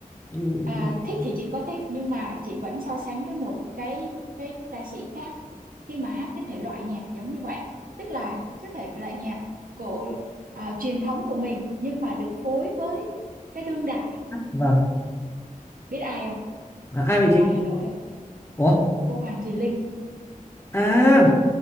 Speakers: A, on the left; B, on the right.
A: ừ,
B: À, thích thì chị có thích nhưng mà chị vẫn so sánh với một cái cái ca sĩ khác khi mà hát cái thể loại nhạc giống như vậy tức là cái thể loại nhạc của à, truyền thống của mình nhưng mà được phối với cái đương đại
A: hát vâng.
B: biết ai không
A: À, ai vậy
B: ở
A: chị?
B: ngoài Hà Nội á
A: Ủa?
B: cô Hoàng Thùy Linh
A: À,